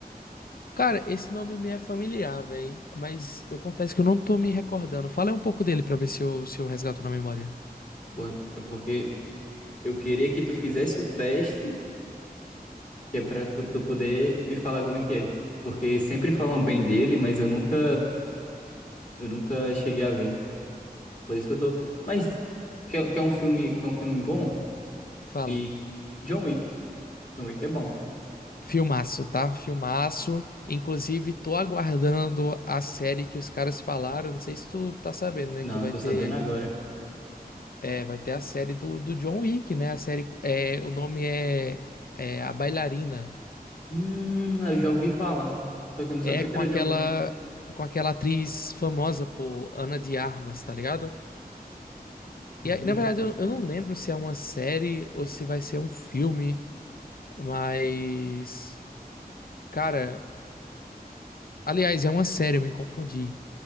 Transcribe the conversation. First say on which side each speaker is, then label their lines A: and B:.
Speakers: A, on the left; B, on the left.
A: Cara, esse nome me é familiar, velho. Mas eu confesso que eu não tô me recordando. Fala aí um pouco dele pra ver se eu, se eu resgato na memória.
B: Boa, É porque eu queria que tu fizesse o teste, que é pra tu tu poder me falar como é que é. Porque sempre falam bem dele, mas eu nunca, eu nunca cheguei a ver. Por isso que eu tô. Mas quer, quer um filme, quer um filme bom?
A: Fala.
B: E John Wick. John Wick é bom.
A: Filmaço, tá? Filmaço. Inclusive, tô aguardando a série que os caras falaram. Não sei se tu tá sabendo, né?
B: Não,
A: Que vai
B: eu tô
A: ter,
B: sabendo agora.
A: é, vai ter a série do, do John Wick, né? A série. É, o nome é, é A Bailarina.
B: Hum, eu já ouvi falar. Só que eu não
A: É
B: sabia
A: com
B: que era
A: aquela,
B: John Wick.
A: com aquela atriz famosa, pô, Ana de Armas, tá ligado?
B: Uhum.
A: E aí, na verdade, eu, eu não lembro se é uma série ou se vai ser um filme, mas. Cara, aliás, é uma série, eu me confundi.